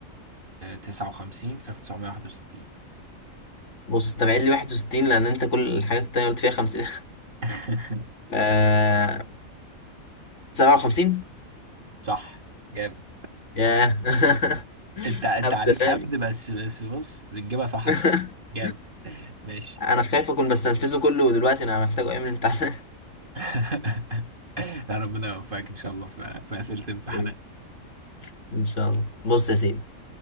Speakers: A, on the right (about 40°); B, on the left (about 60°).
A: 1959 1961
B: <laughs> بص تبعيد لي 61 لان انت كل الحاجات التانية قلت فيها 50 <laughs>
A: <laughs>
B: آه 57
A: صح جامد
B: ياه <laughs>
A: انت انت
B: هبد
A: عليك
B: خام
A: هبد بس بس بص بتجيبها صح
B: <laughs>
A: بصراحة جامد <laughs> ماشي
B: انا خايف اكون بستنفذه كله ودلوقتي انا محتاجه ايام الامتحان
A: <laughs> لا ربنا يوفقك ان شاء الله في في اسئله الامتحانات
B: <laughs> ان شاء الله بص يا سيدي